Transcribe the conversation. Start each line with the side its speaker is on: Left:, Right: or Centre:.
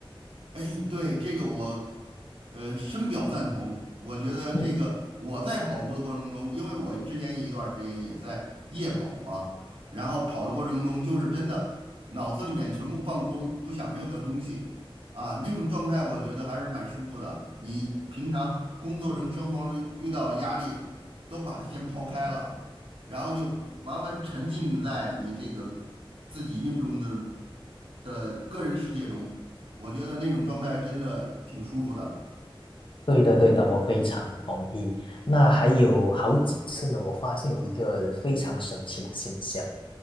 Right: 哎，对，这个我，呃，深表赞同。我觉得这个我在跑步的过程中，
Left: 嗯
Right: 因为我之前有一段儿时间也在夜跑嘛，然后跑的过程中就是真的脑子里面全部放空，不想任何东西啊，那种状态我觉得还是蛮舒服的。你平常工作中、生活中遇到压力，都把它先抛开了，然后就完完沉浸在你这个自己运动的的个人世界中。我觉得那种状态真的挺舒服的。
Left: 对的，对的，我非常同意。那还有好几次呢，我发现一个非常神奇的现象，